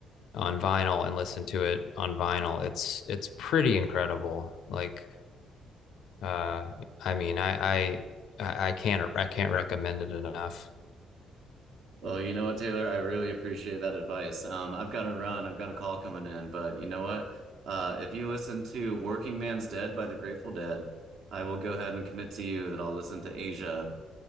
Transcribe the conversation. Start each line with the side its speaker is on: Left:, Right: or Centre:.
Left: on vinyl and listen to it on vinyl, it's it's pretty incredible. Like uh I mean, I I I I can't I can't recommend it enough.
Right: Well, you know what, Taylor, I really appreciate that advice. Um, I've got to run, I've got a call coming in, but you know what? Uh, if you listen to Working Man's Dead by the Grateful Dead, I will go ahead and commit to you that I'll listen to Asia